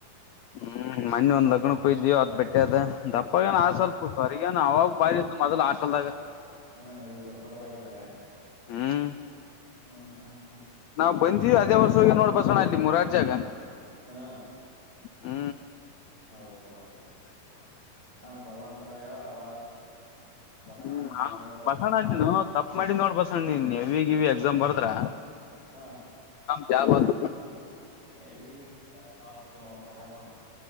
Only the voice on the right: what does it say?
ಹಾ
ಹಾ ಇಲ್ಲಿ ಸ್ವಲ್ಪ ಹೊರ್ದಾಗಿದ್ದಾಗ
ಹ್ಮ್ ಹ್ಮ್ ಹ್ಮ್
ಹಾ
ಹೌದ ಹೌದು ಹ ಭಗವಂತ ರಾಯ ಅವ ಬಸಣ್ಣ
ಜಗಣ ಬಾಯಿ ಬಸಣ್ಣ
ಹಾ
ನೇವಿ ಗಿವಿ ದು ನೋ ಖರೆ ನೋ